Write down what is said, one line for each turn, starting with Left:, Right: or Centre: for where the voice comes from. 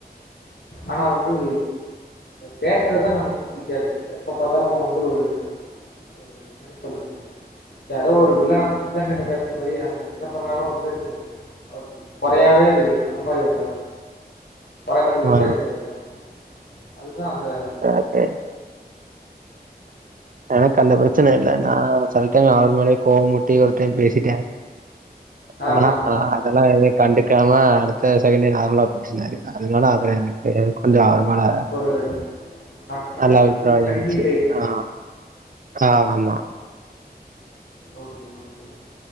Left: ஆனா வந்து பேசுறதா நமக்கு பிடிக்காது எப்போ பாத்தாலு வந்து ஒரு ஒரு மாரி சொல்றது ஏதோ ஒரு வில்லன வில்லங்கிட்ட பேசுற இங்க வழியிற மாரி யென்ன பண்ணாலு வந்து அது அவருக்கு கொறயாவே தெரியு அந்த மாரி ஒரு ஆளு கொர கண்டு புடிச்சிட்டே
Right: ஆ
Left: இருப்பாரு எல்லாத்தையு அதுதா அந்த நா
Right: அது
Left: போனா
Right: எனக்கு
Left: மாதிரி
Right: அந்த
Left: இருக்கும்னு
Right: பிரச்சன
Left: வச்சுக்கோங்க.
Right: இல்ல நா செல டைம் அவரு மேலே கோவமூட்டி ஒரு டைம் பேசிட்டே
Left: ஆ
Right: அதனா
Left: ஆ
Right: நா
Left: ஆ
Right: அதெல்லா எதுக் கண்டுக்காம அடுத்த செகண்டே நார்மலா பேசுனாரு அதுனால அத எனக்கு கொஞ்சோ அவர்மேல
Left: ஒரு நட்பு
Right: நல்லா
Left: நட்பு
Right: அபிப்பிராயந்துச்சு
Left: ஃப்ரெண்ட்லி டைப்
Right: ஆ ஆ ஆமா
Left: ஓகே ஓகே